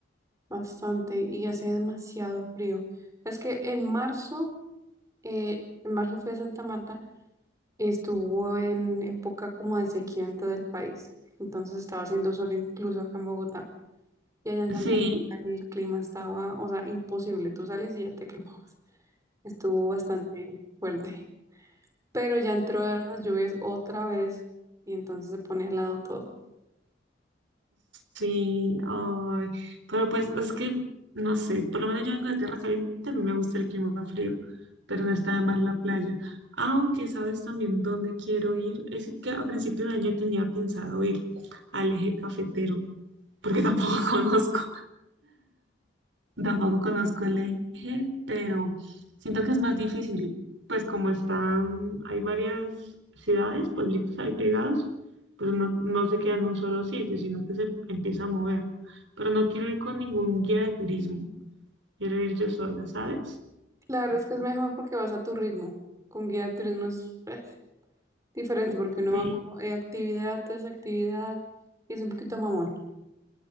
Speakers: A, on the right; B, on the right.
A: Bastante, y hace demasiado frío. Es que en marzo, eh, en marzo fui a Santa Marta. estuvo en época como de sequía en todo el país. Entonces estaba haciendo sol incluso acá en Bogotá. Y allá en
B: Sí.
A: Santa Marta el clima estaba, o sea, imposible. Tú sales y ya te quemabas. Estuvo bastante fuerte. Pero ya entraron las lluvias otra vez y entonces se pone helado todo.
B: Sí, ay, pero pues es que, no sé, por lo menos yo vengo de tierra caliente, a mí me gusta el clima frío, pero no está de más la playa. Aunque sabes también dónde quiero ir, es que a principio de año tenía pensado ir al eje cafetero, porque tampoco <laughs> conozco. Tampoco conozco el eje, pero siento que es más difícil, pues como están, hay varias ciudades, pueblitos ahí pegados, pues no, no se queda en un solo sitio, sino que se empieza a mover. Pero no quiero ir con ningún guía de turismo, quiero ir yo sola, ¿sabes?
A: Claro, es que es mejor porque vas a tu ritmo. Con guía de turismo es pues, diferente porque uno
B: Sí.
A: va como eh, actividad tras actividad y es un poquito mamón.